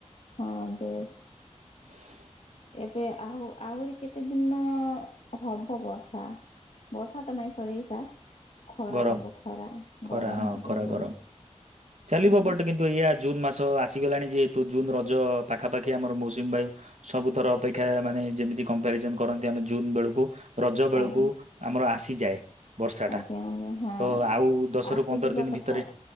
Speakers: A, on the left (about 60°); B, on the right (about 70°).
A: ହଁ ବେଶ୍।
B: <inaudible>
A: ଏବେ ଆହୁ ଆହୁରି କେତେ ଦିନ ହବ ବର୍ଷା ବର୍ଷା ତ ନାଇଁ ସରିସା। ଖରା
B: ଗରମ
A: ହେବ ଖରା
B: ଖରା
A: ଗରମ
B: ହଁ
A: ହେବ
B: ଖରା
A: ଗ
B: ଗରମ।
A: ହୁଁ।
B: ଚାଲିବ ବଟ୍ କିନ୍ତୁ ଏଇଆ ଜୁନ୍ ମାସ ଆସିଗଲାଣି ଯେହେତୁ ଜୁନ୍ ରଜ ପାଖା ପାଖି ଆମର ମୌସୁମୀ ବାୟୁ ସବୁ ଥର ଅପେକ୍ଷା ମାନେ ଯେମିତି କମ୍ପାରିଜନ କରନ୍ତି ଆମେ ଜୁନ୍ ବେଳକୁ। ରଜ ବେଳକୁ
A: ଆଜ୍ଞା
B: ଆମର ଆସିଯାଏ। ବର୍ଷାଟା।
A: ଆଜ୍ଞା ଆଜ୍ଞା ହଁ।
B: ତ ଆଉ ଦଶ
A: ଆସିଯିବା
B: ରୁ ପନ୍ଦର ଦିନି
A: କଥା
B: ଭିତରେ